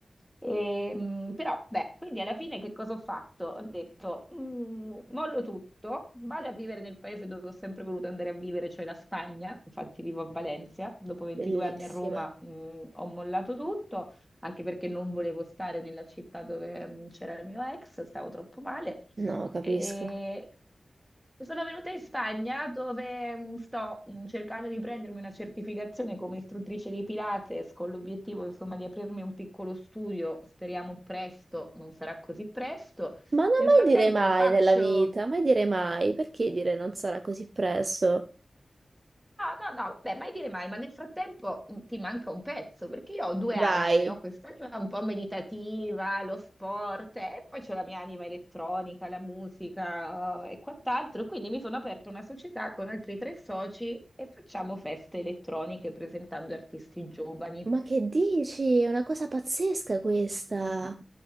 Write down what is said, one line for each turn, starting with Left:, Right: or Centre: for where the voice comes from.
Centre: Ehm, però, beh, quindi alla fine che cosa ho fatto? Ho detto, "Mm, mollo tutto, vado a vivere nel paese dove ho sempre voluto andare a vivere, cioè la Spagna, infatti vivo a Valencia, dopo 22
Right: bellissima.
Centre: anni a Roma, mm, ho mollato tutto, anche perché non volevo stare nella città dove mm, c'era il mio ex, stavo troppo male.
Right: No, capisco.
Centre: E sono venuta in Spagna dove mm, sto mm, cercando di prendermi una certificazione come istruttrice di Pilates con l'obiettivo, insomma, di aprirmi un piccolo studio, speriamo presto, non sarà così presto.
Right: Ma non
Centre: Nel
Right: mai
Centre: frattempo
Right: dire mai
Centre: faccio
Right: nella vita, mai dire mai, perché dire non sarà così presto?
Centre: No, no, no, vabbè, mai dire mai, ma nel frattempo mh, ti manca un pezzo, perché io ho due
Right: Vai.
Centre: anime, ho quest'anima un po' meditativa, lo sport, eh, e poi c'ho la mia anima elettronica, la musica eh, e quant'altro, quindi mi sono aperta una società con altri tre soci e facciamo feste elettroniche presentando artisti giovani.
Right: Ma che dici? È una cosa pazzesca questa.